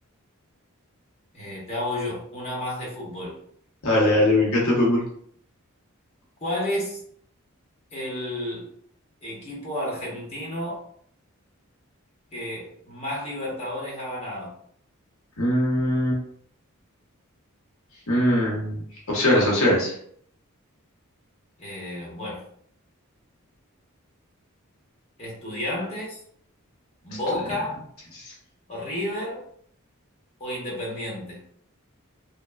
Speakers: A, on the left; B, on the left.
A: eh, te hago yo una más de fútbol.
B: Dale, dale, me encanta el fútbol.
A: ¿Cuál es? el equipo argentino que más Libertadores ha ganado?
B: Mm, mm. Opciones, opciones.
A: Eh, bueno, ¿Estudiantes, Boca,
B: Estudiantes.
A: River o Independiente?